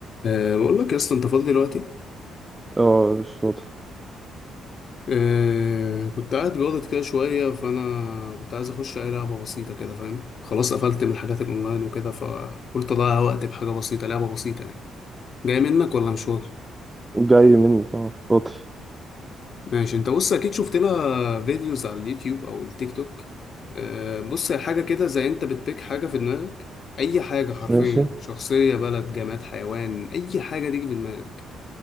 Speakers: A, on the left (about 55°); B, on the right (about 20°).
A: أه بقول لك يا اسطى انت فاضي دلوقتي
B: اه مش فاضي
A: أه كنت قاعد جاضد كده شويه فانا كنت عايز اخش اي لعبه بسيطه كده فاهم خلاص قفلت من الحاجات الاونلاين وكده فقلت اضيع وقت بحاجه بسيطه لعبه بسيطه يعني جاي منك ولا مش فاضي
B: جاي مني طبعا فاضي
A: ماشي انت بص اكيد شفت لها فيديوز على اليوتيوب او التيك توك أه بص هي حاجه كده زي انت بتبيك حاجه في دماغك اي حاجه حرفيا
B: ماشي
A: شخصيه بلد جماد حيوان اي حاجه تيجي في دماغك